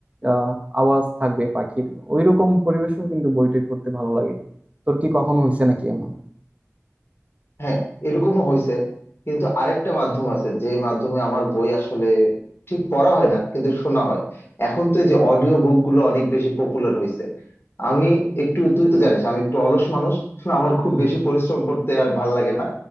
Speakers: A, on the right (about 25°); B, on the left (about 45°).
A: আহ আওয়াজ থাকবে পাখির ওইরকম পরিবেশেও কিন্তু বইটই পড়তে ভালো লাগে তোর কি কখনো হয়েছে নাকি এমন
B: হ্যাঁ এরকমও হয়েছে কিন্তু আরেকটা মাধ্যম আছে যে মাধ্যমে আমার বই আসলে ঠিক পড়া হয় না কিন্তু শোনা হয় এখন তো এই যে অডিও বুক গুলো অনেক বেশি পপুলার হয়েছে আমি একটু তুই তো জানিস আমি একটু অলস মানুষ আমার খুব বেশি পরিশ্রম করতে আর ভাল লাগে না